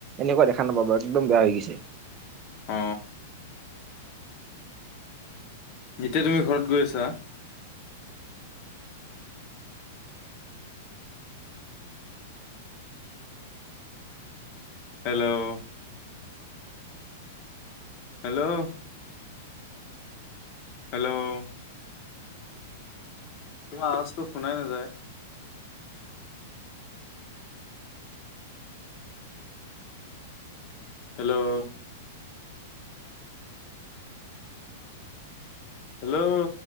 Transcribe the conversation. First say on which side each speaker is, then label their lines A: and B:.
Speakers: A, on the right; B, on the left.
A: এনেকুৱা দেখা নাপাবা একদম বেয়া হৈ গৈছে
B: অ এতিয়া তুমি ঘৰত গৈ আছা হেল্ল' হেল্ল' হেল্ল' তোমাৰ আৱাজ শুনাই নাযায় হেল্ল' হেল্ল'